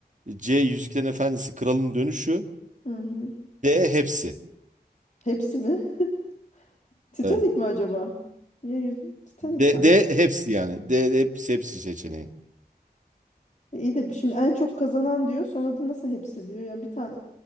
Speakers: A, on the right (about 50°); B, on the left (about 45°).
A: C. Yüzüklerin Efendisi Kralın Dönüşü
B: Hı hı.
A: D. Hepsi.
B: Hepsi mi? <laughs> Titanic
A: Evet.
B: mi acaba? Ya yüz... Titanic
A: D,
B: sanki.
A: D hepsi yani. D, hepsi hepsi seçeneği.
B: E, iyi de şimdi en çok kazanan diyor. Sonra da nasıl hepsi diyor. Yani bir tane